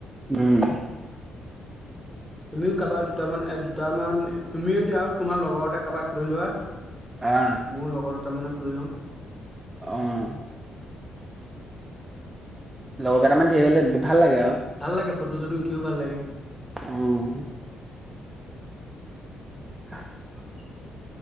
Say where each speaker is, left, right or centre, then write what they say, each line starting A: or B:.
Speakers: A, on the right; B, in the centre.
A: উম
B: তুমিও কাৰোবাক, দুটামান এ দুটামান তুমিও এতিয়া আৰু তোমাৰ লগৰতে কাৰোবাক লৈ লোৱা
A: অ'
B: মোৰ লগৰ দুটামানক লৈ ল'ম
A: অ', লগৰ কেইটা মানে ধেৰ হলে ভাল লাগে আৰু
B: ভাল লাগে, ফটো চটো উঠিও ভাল লাগে।
A: উম <inaudible>